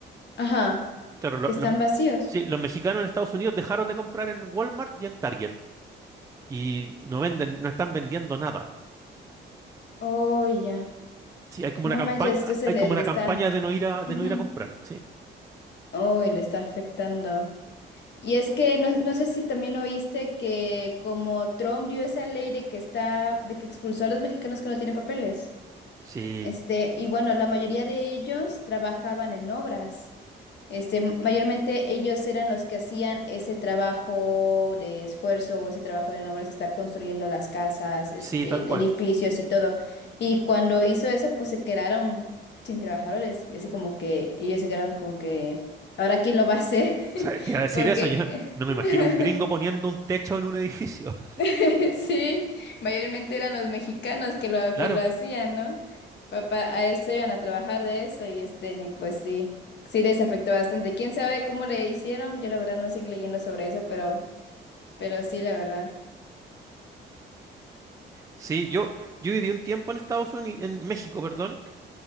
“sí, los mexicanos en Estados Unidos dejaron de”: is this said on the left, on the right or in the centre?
Right